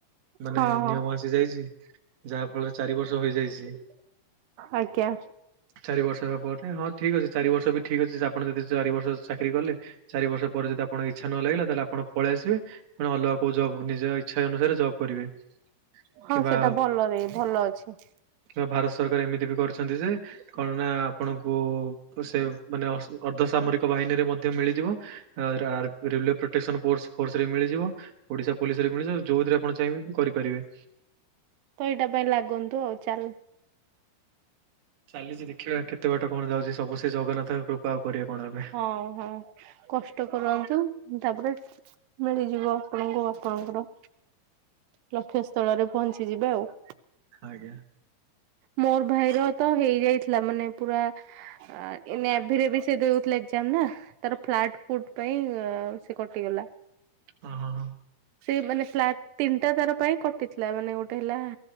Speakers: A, on the right (about 60°); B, on the right (about 85°).
A: ମାନେ
B: ହଁ ହଁ
A: ନିୟମ ଆସିଯାଇଛି। ଯାହା ଫଳରେ ଚାରି ବର୍ଷ ହେଇଯାଇଛି।
B: ଆଜ୍ଞା
A: ଚାରି ବର୍ଷ ହେବା ପରେ ହଁ ଠିକ୍ ଅଛି ଚାରି ବର୍ଷ ବି ଠିକ୍ ଅଛି ଆପଣ ଯଦି ଚାରି ବର୍ଷ ଚାକିରି କଲେ। ଚାରିବର୍ଷ ପରେ ଯଦି ଆପଣଙ୍କ ଇଚ୍ଛା ନ ଲାଗିଲ ତାହେଲେ ଆପଣ ପଳେଇ ଆସିବେ ଅଲଗା କୋଉ ଜବ ନିଜ ଇଚ୍ଛା ଅନୁସାରେ ଜବ୍ କରିବେ। କିମ୍ବା
B: ହଁ ସେଟା ଭଲରେ ଭଲ ଅଛି।
A: କିମ୍ବା ଭାରତ ସରକାର ଏମିତି ବି କରିଛନ୍ତି ଯେ କଣ ନା ଆପଣଙ୍କୁ ସେ ମାନେ ଅର୍ଦ୍ଧ ସାମରିକ ବାହିନୀରେ ମଧ୍ୟ ମିଳିଯିବ। ର ରେଲୱେ ପ୍ରୋଟେସନ୍ ଫୋର୍ସ। ଫୋର୍ସ ରେ ମିଳିଯିବ ଓଡିଶା ପୋଲିସ ରେ ମିଳିଯିବ ଯୋଉଥିରେ ଆପଣ ଚାହିଁବେ କରିପାରିବେ।
B: ତ ଏଇଟା ପାଇଁ ଲାଗନ୍ତୁ ଆଉ ଚାଲ
A: ଚାଲିଛି ଦେଖିବା କେତେ ବାଟ କଣ ଯାଉଛି ସବୁ ସେ ଜଗନ୍ନାଥଙ୍କ କୃପା ଆଉ କରିବା। କଣ ଆମେ
B: ହଁ ହଁ କଷ୍ଟ କରନ୍ତୁ ତାପରେ ମିଳିଯିବ ଆପଣଙ୍କୁ ଆପଣଙ୍କର ଲକ୍ଷ୍ୟସ୍ଥଳରେ ପହଞ୍ଚି ଯିବେ ଆଉ।
A: ଆଞା।
B: ମୋର ଭାଇରତ ହେଇଯାଇଥିଲା ମାନେ ପୁରା ଆ ନେଭିରେ ବି ସେ ଦଉ ନା ତାର ପ୍ଲଟ ଫୁଟ ପାଇଁ ସେ କଟିଗଲା।
A: ହଁ ହଁ ହଁ
B: ସେ ମାନେ ଫ୍ଲାଟ ତିନିଟା ତାର ପାଇଁ କଟିଥିଲା ମାନେ ଗୋଟେ ହେଲା।